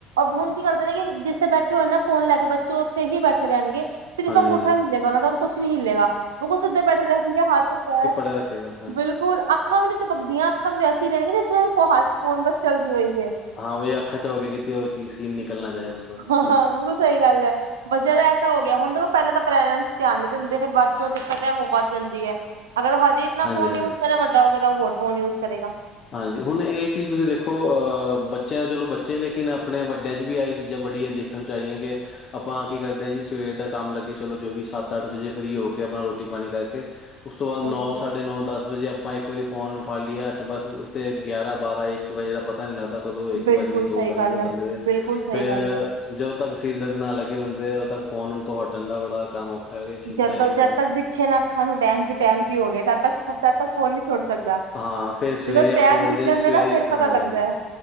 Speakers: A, on the right; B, on the left.
A: ਹੁਣ ਕੀ ਕਰਦੇ ਨੇ ਕਿ ਜਿੱਥੇ ਬੈਠੇ ਹੋਏ ਨਾ ਫੋਨ ਲੈ ਕੇ ਬੱਚੇ ਉੱਥੇ ਹੀ ਬੈਠੇ ਰਹਿਣਗੇ ਸਿਰਫ਼
B: ਹਾਂਜੀ,
A: ਅਗੁਠਾ
B: ਹਾਂਜੀ।
A: ਹਿਲੇਗਾ ਉਹਨਾਂ ਦਾ ਹੋਰ ਕੁਛ ਨੀ ਹਿਲੇਗਾ ਉਹ ਸਿੱਧੇ ਬੈਠੇ ਰਹਿਣ ਹਥ ਪੈਰ
B: ਸਿਦਾ ਰੱਖੇ ਗਾ
A: ਬਿਲਕੁਲ ਅੱਖਾਂ ਵੀ ਨੀ ਚਪਕਦੀਆਂ ਅੱਖਾਂ ਵੀ ਵੈਸੇ ਹੀ ਰਹਿਣਗੀਆ ਜਿਸ ਤਰਾਂ ਫੋਨ ਹਥ ਬਸ ਚਲਦੀ ਹੋਈ ਏ
B: ਉਹ ਅੱਖਾਂ ਚੱਪਕ ਕੇ ਕੀਤੀ ਉਹ ਸੀਨ ਨਿਕਲਣਾ ਨਾ ਜਾਏ ਮਤਲਬ
A: ਹਾ-
B: ਚੀਜ਼,
A: ਹਾ ਮਗਰ ਸਹੀ ਗੱਲ ਆ ਵਜਾ ਦਾ ਐਸਾ ਹੋ ਗਿਆ ਹੁਣ ਦੇਖੋ ਪਹਿਲਾਂ ਤਾਂ ਪੇਰੈਂਟਸ ਧਿਆਨ ਨੀ ਦਿੰਦੇ ਫਿਰ ਬਾਅਦ ਚੋਂ ਦਿੱਕਤ ਏ ਉਹ ਵੱਧ ਜਾਂਦੀ ਏ ਅਗਰ ਉਹ ਹਜੇ ਇਤਨਾ
B: ਹਾਂਜੀ,
A: ਫੋਨ
B: ਹਾਂਜੀ।
A: ਯੂਜ ਕਰੇ ਵੱਡਾ ਹੋ ਗਿਆ ਤਾਂ ਉਹ ਹੋਰ ਫੋਨ ਯੂਜ ਕਰੇਗਾ
B: ਹਾਂਜੀ ਹੁਣ ਇਹ ਚੀਜ਼ ਤੁਸੀਂ ਦੇਖੋ ਅਹ ਬੱਚਿਆਂ ਚਲੋ ਬੱਚੇ ਲੇਕੀਨ ਆਪਣੇ ਵਡਿਆ ਚ ਵੀ ਆਹੀ ਚੀਜਾਂ ਬੜੀਆ ਦੇਖ ਹੁਣ ਚਾਹੀਏ ਕੀ ਆਪਾਂ ਕੀ ਕਰਦੇ ਜੀ ਸਵੇਰ ਦਾ ਕੰਮ ਲੱਗੇ ਚਲੋ ਜੋ ਵੀ ਸੱਤ ਅੱਠ ਵਜੇ ਫਰੀ ਹੋ ਕੇ ਆਪਣਾ ਰੋਟੀ ਪਾਣੀ ਕਰਕੇ ਉਸ ਤੋਂ ਬਾਅਦ
A: ਬਿਲਕੁਲ
B: ਨੋ ਸਾਡੇ ਨੋ ਦਸ ਵਜੇ ਆਪਾਂ ਇਕ ਵਾਰੀ ਫੋਨ ਫੜ ਲਈਏ ਹੱਥ ਵਿਚ ਬਸ ਉਥੇ ਗਿਆਰਾਂ ਬਾਰਾਂ ਇਕ ਵਜੇ ਦਾ ਪਤਾ ਨੀ ਲੱਗਦਾ ਕਦੋਂ ਇਕ
A: ਬਿਲਕੁਲ
B: ਵਜ ਗਏ ਦੋ
A: ਸਹੀ
B: ਗਏ
A: ਗੱਲ ਹੈ,
B: ਬੰਦੇ,
A: ਬਿਲਕੁਲ ਸਹੀ
B: ਫਿਰ
A: ਗੱਲ ਹੈ।
B: ਜਦੋਂ ਤੱਕ ਸਿਰ ਦਰਦ ਨਾ ਲੱਗੇ ਬੰਦੇ ਉਦੋਂ ਤੱਕ ਫੋਨ ਤੋਂ ਹੱਟਣ ਦਾ ਬੜਾ ਕੰਮ ਔਖਾ ਹੈ ਛੁੱਟਣਾ
A: ਜਦ
B: ਹੀ ਨਹੀਂ ਫ਼ੋਨ ਹੱਥੋਂ।
A: ਤੱਕ ਦਿਖੇ ਨਾ ਅੱਖਾਂ ਨੂੰ ਟਾਈਮ ਕਿ ਟਾਈਮ ਕੀ ਹੋ ਗਏ ਤਦ ਤੱਕ ਤਦ ਤੱਕ ਫੋਨ ਨਹੀਂ ਛੋਡ ਸਕਦਾ
B: ਹਾਂ ਫੇਰ ਸਵੇਰੇ
A: ਜਦੋਂ
B: ਆਪਾਂ
A: ਟੈਮ
B: ਉੱਠਦੇ
A: ਦਿਖ
B: ਹਾਂ
A: ਜਾਂਦਾ
B: ਜੀ ਸਵੇਰੇ
A: ਨਾ ਫੇਰ ਪਤਾ
B: ਹਾਂਜੀ-
A: ਲੱਗਦਾ
B: ਹਾਂਜੀ
A: ਹੈ,